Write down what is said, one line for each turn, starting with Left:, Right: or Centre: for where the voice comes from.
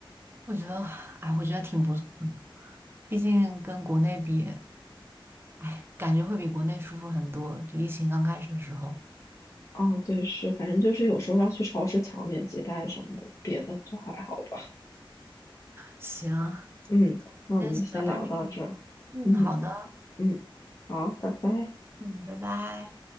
Right: 我觉得，哎，我觉得挺不错的，毕竟跟国内比，哎，感觉会比国内舒服很多。就疫情刚开始的时候。
Left: 啊，对，是，反正就是有时候要去超市抢点鸡蛋什么的，别的就还好吧。
Right: 行，
Left: 嗯，那我们就先聊到这儿嗯
Right: 今天先聊到这里。嗯，好的，
Left: 嗯，好，拜拜。
Right: 嗯，拜拜。